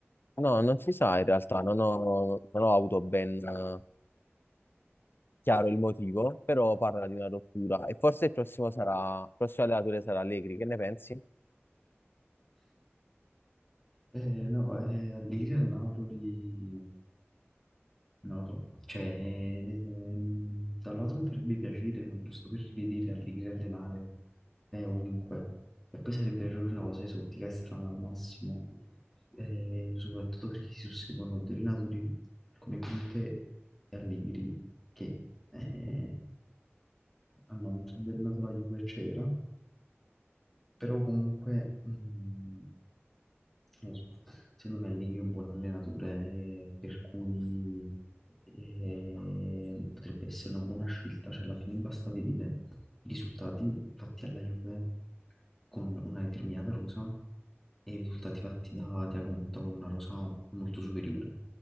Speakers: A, on the left (about 50°); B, in the centre.
A: no, non si sa in realtà, non ho, non ho avuto ben eh, chiaro il motivo, però parla di una rottura e forse il prossimo sarà, il prossimo allenatore sarà Allegri, che ne pensi?
B: Eh, no, eh, Allegri al Napoli, non lo so, cioè, ehm, da un lato mi farebbe piacere, ma giusto per rivedere Allegri allenare è ovunque, e poi sarebbe errore una cosa esotica e strana al massimo, Eh, soprattutto perché si susseguono due allenatori come Conte e Allegri, che eh, hanno un bel nato la Juve, eccetera, però comunque, mm, non lo so, secondo me Allegri è un buon allenatore, eh, per cui eh, potrebbe essere una buona scelta, cioè alla fine basta vedere i risultati fatti alla Juve con una determinata rosa e i risultati fatti da Thiago Motta con una rosa molto superiore.